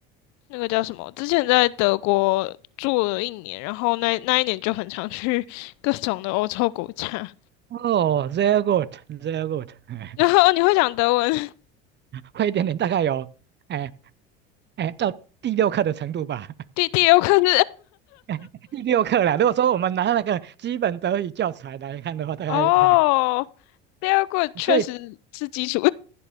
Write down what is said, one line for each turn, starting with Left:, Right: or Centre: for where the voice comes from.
Left: 那个叫什么？之前在德国住了一年，然后那那一年就很常去 <laughs> 各种的欧洲国家。
Right: 哦，very good，very good，<laughs>
Left: 然后你会讲德文，
Right: 快一点点，大概有，哎哎，到第六课的程度吧，
Left: 第第六课是
Right: <laughs> 第六课了。如果说我们拿那个基本德语教材来看的话，
Left: <laughs>
Right: 大概，
Left: 哦，
Right: 哎
Left: 第二课确实是基础
Right: 所以，